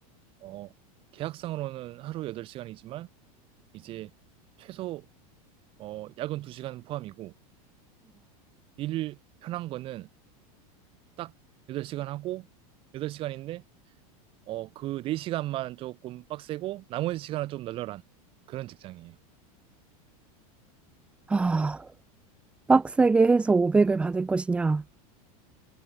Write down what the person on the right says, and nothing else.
어, 계약상으로는 하루 8시간이지만 이제 최소 어, 야근 2시간 포함이고 일 편한 거는 딱 8시간 하고 8시간인데 어, 그 4시간만 조금 빡세고 나머지 시간은 좀 널널한 그런 직장이에요.